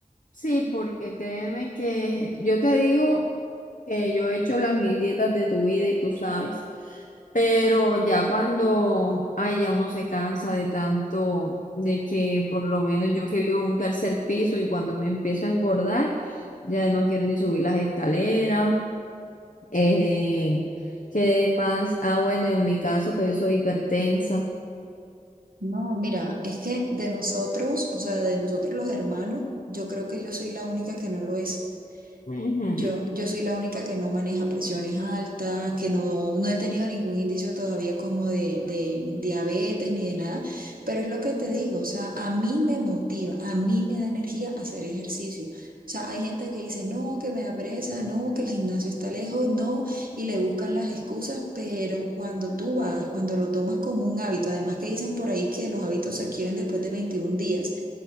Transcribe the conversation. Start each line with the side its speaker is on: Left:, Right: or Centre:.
Left: sí, porque créeme que yo te digo que yo he hecho las mil dietas de tu vida y tú sabes. Pero ya cuando, ay, ya uno se cansa de tanto, de que por lo menos yo que vivo en un tercer piso y cuando me empiezo a engordar, ya no quiero ni subir las escaleras. Eh, que más, ah, bueno, en mi caso que yo soy hipertensa.
Right: No, mira, es que de nosotros, o sea, de nosotros los hermanos, yo creo que yo soy la única que no lo es.
Left: Ujú.
Right: Yo, yo soy la única que no maneja presiones altas, que no, no he tenido ningún indicio todavía como de, de diabetes ni de nada, pero es lo que te digo, o sea, a mí me motiva, a mí me da energía hacer ejercicio. O sea, hay gente que dice, no, que me da pereza, no, que el gimnasio está lejos, no, y le buscan las excusas, pero cuando tú vas, cuando lo tomas como un hábito, además que dicen por ahí que los hábitos se adquieren después de 21 días,